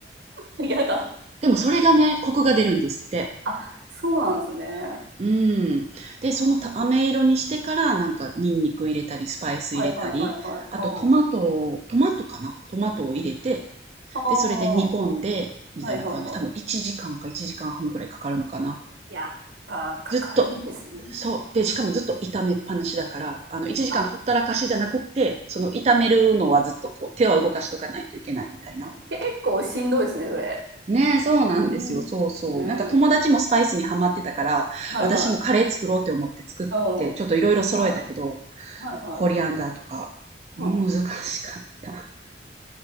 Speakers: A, on the right (about 80°); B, on the right (about 35°).
A: うん。やだ。
B: でもそれがね、コクが出るんですって。
A: あ、そうなんですね。
B: うん。で、
A: うん。
B: そのた飴色にしてからなんかニンニク入れたり、
A: うん。
B: スパイス入れたり、
A: はいはいはいはい。
B: あとトマトを、
A: うん。
B: トマトかなトマトを入れて、
A: ああ、
B: で、それで煮込んで、
A: は
B: みたいな感じ。
A: いはいは
B: 多分1時間か1時間半ぐらいかかるのかな。
A: い。やっぱかかるんですね。
B: ずっと。そう。で、
A: うん。
B: しかもずっと炒めっぱなしだから、あの、1時間ほったらかしじゃなくって、
A: あ、
B: その炒めるのはずっとこう、手は動かしとかないといけないみたいな。
A: 結構しんどいですね、それ。
B: ねえ、そうなんですよ。
A: うん。
B: そうそう。
A: うん。
B: なんか友達もスパイスにハマってたから、
A: はいはい。
B: 私もカレー作ろうって思って作って、
A: うん。
B: ちょっといろいろ揃えたけど、
A: はいはいは
B: コリアンダーとか、
A: い。
B: 難しかった。
A: うん。